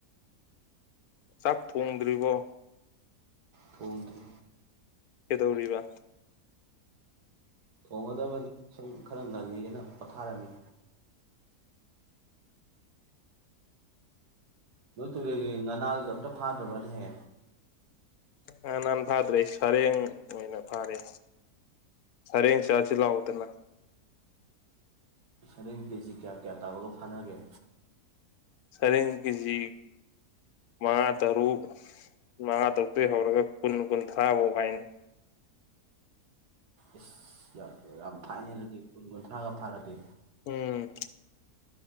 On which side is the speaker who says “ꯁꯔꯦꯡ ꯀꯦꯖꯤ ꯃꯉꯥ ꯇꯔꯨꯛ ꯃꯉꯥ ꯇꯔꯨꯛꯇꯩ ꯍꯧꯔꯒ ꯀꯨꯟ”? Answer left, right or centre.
Left